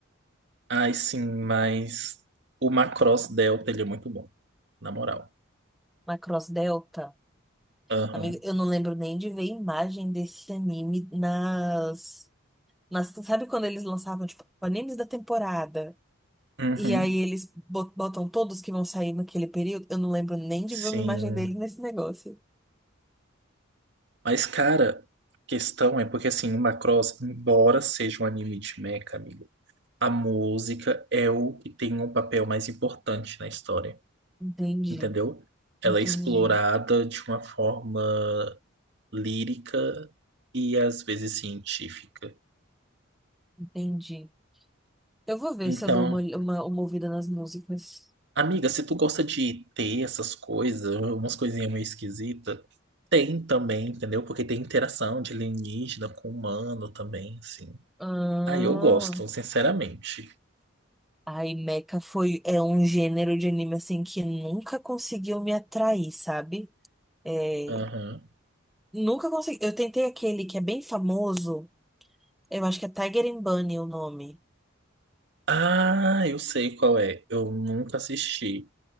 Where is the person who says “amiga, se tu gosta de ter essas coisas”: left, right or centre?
Right